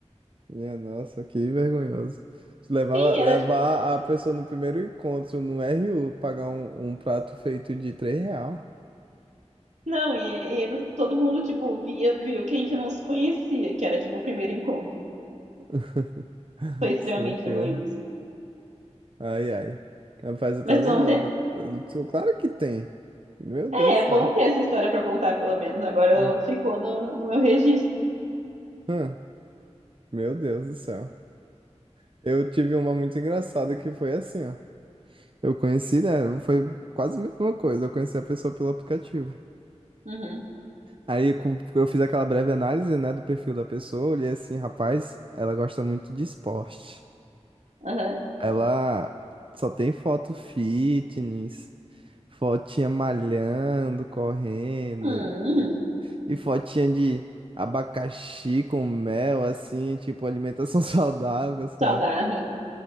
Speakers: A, on the right; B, on the right.
A: Minha nossa, que vergonhoso. Levar,
B: Sim, era
A: levar
B: tipo,
A: a pessoa no primeiro encontro no RU, pagar um, um prato feito de 3 real.
B: não, e, e todo mundo, tipo, via, viu que a gente não se conhecia, que era tipo o primeiro encontro.
A: <laughs>
B: Foi extremamente
A: Socorro.
B: vergonhoso.
A: Ai, ai. Rapaz, eu
B: Mas
A: tô lembrado.
B: tu não tem.
A: Eu tô- Claro que tem. Meu
B: É,
A: Deus
B: é
A: do céu.
B: bom ter essa história pra contar, pelo menos. Agora eu-
A: Hum.
B: ficou no, no meu registro.
A: Hum. Meu Deus do céu. Eu tive uma muito engraçada que foi assim, ó. Eu conheci, né? Foi quase a mesma coisa. Eu conheci a pessoa pelo aplicativo.
B: Uhum,
A: Aí com- eu fiz aquela breve análise, né, do perfil da pessoa, olhei assim, rapaz, ela gosta muito de esporte.
B: aham.
A: Ela só tem foto fitness, fotinha malhando, correndo,
B: Hum, hum,
A: e fotinha de abacaxi com mel, assim, tipo alimentação <laughs> saudável, sabe?
B: saudável.